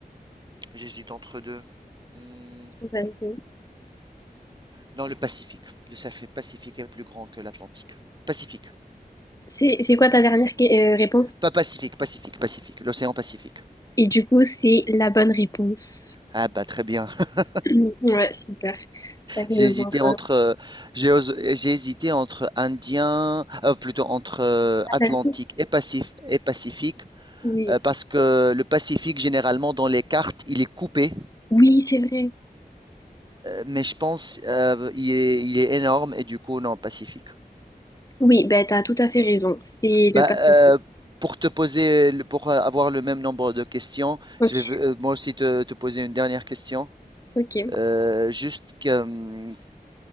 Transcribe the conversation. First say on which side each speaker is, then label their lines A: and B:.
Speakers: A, on the right; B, on the left.
A: J'hésite entre deux. Hmm,
B: Vas-y.
A: dans le Pacifique. Le ça fait Pacifique est plus grand que l'Atlantique. Pacifique.
B: C'est c'est quoi ta dernière que- euh, réponse?
A: Pas Pacifique, Pacifique, Pacifique. L'océan Pacifique.
B: Et du coup, c'est la bonne réponse.
A: Ah bah très bien. <laughs>
B: <clears throat> Ouais, super. Ça fait
A: J'ai
B: le
A: hésité
B: bon choix.
A: entre euh, j'ai os- j'ai hésité entre Indien, euh, plutôt entre euh,
B: Atlantique.
A: Atlantique et Pacif- et Pacifique.
B: Oui,
A: Euh, parce que le Pacifique, généralement, dans les cartes, il est coupé
B: oui, c'est vrai.
A: mais je pense euh, il, est, il est énorme et du coup non Pacifique.
B: Oui, ben t'as tout à fait raison. C'est
A: Bah,
B: le Pacifique.
A: euh, pour te poser, pour avoir le même nombre de questions,
B: Ok,
A: je vais euh, moi aussi te, te, poser une dernière question.
B: ok.
A: Euh, juste que,